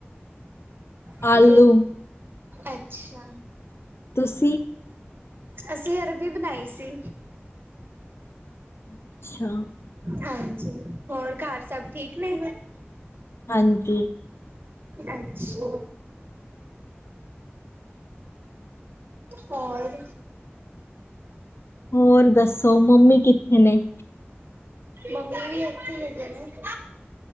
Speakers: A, on the right (about 55°); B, on the left (about 70°).
A: ਪੂੜੀ,
B: ਆਲੂ
A: ਅੱਛਾ।
B: ਤੁਸੀਂ?
A: ਅਸੀਂ ਅਰਬੀ ਬਣਾਈ ਸੀ।
B: ਅੱਛਾ।
A: ਹਾਂਜੀ ਹੋਰ ਘਰ ਸਭ ਠੀਕ ਨੇ?
B: ਹਾਂਜੀ
A: ਅੱਛਾ। ਹੋਰ?
B: ਹੋਰ ਦੱਸੋ ਮੰਮੀ ਕਿੱਥੇ ਨੇ?
A: ਮੰਮੀ ਵੀ ਐਥੀ ਹੈਗੇ ਨੇ। <inaudible>